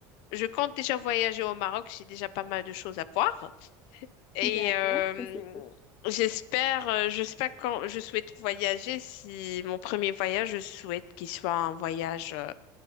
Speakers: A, on the left (about 60°); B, on the left (about 15°).
A: je compte déjà voyager au Maroc. J'ai déjà pas mal de choses à voir et
B: Mhm. D'accord,
A: euh,
B: ça c'était.
A: j'espère. euh, Je sais pas quand je souhaite voyager. Si mon premier voyage, je souhaite qu'il soit un voyage. euh,